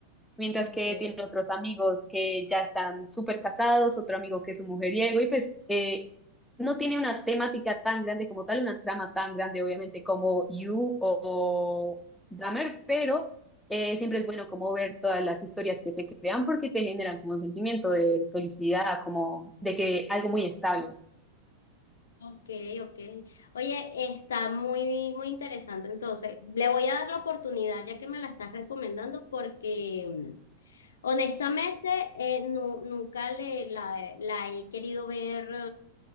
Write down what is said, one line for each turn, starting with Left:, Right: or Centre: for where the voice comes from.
Centre: mientras
Left: Ok,
Centre: que tiene otros amigos que ya están súper casados, otro amigo que es un mujeriego, y pues eh, no tiene una temática tan grande como tal, una trama tan grande, obviamente, como You o, o Dahmer, pero eh, siempre es bueno como ver todas las historias que se crean porque te generan como un sentimiento de felicidad, como de que algo muy estable.
Left: ok, ok. Oye, está muy, muy interesante. Entonces, le voy a dar la oportunidad ya que me la estás recomendando porque mm, honestamente eh, nu- nunca le, la, la he querido ver